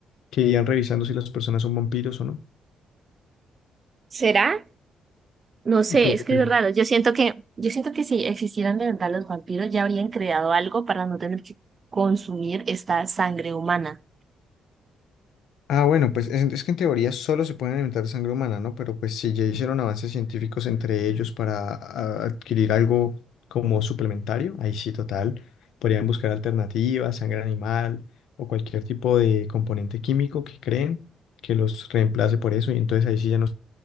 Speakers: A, on the left; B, on the right.
A: que irían revisando si las personas son vampiros o no.
B: ¿Será? No sé,
A: ¿Tú
B: es
A: qué
B: que
A: crees?
B: es raro. Yo siento que, yo siento que si existieran de verdad los vampiros, ya habrían creado algo para no tener que consumir esta sangre humana.
A: Ah, bueno, pues es, es que en teoría solo se pueden alimentar de sangre humana, ¿no? Pero pues si ya hicieron avances científicos entre ellos para ah, adquirir algo como suplementario, ahí sí, total. Podrían buscar alternativas, sangre animal o cualquier tipo de componente químico que creen que los reemplace por eso y entonces ahí sí ya no